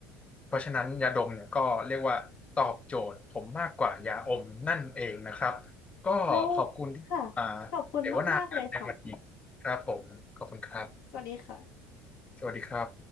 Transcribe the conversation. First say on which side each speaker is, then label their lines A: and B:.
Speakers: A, on the left (about 20°); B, on the left (about 65°).
A: เพราะฉะนั้นยาดมเนี่ยก็เรียกว่าตอบโจทย์ผมมากกว่ายาอมนั่นเองนะครับก็ขอบคุณที่อ่า
B: แล้วค่ะขอบคุณมากๆเลยค่ะ
A: เสวนากันในวันนี้ครับผมขอบคุณครับ
B: สวัสดีค่ะ
A: สวัสดีครับ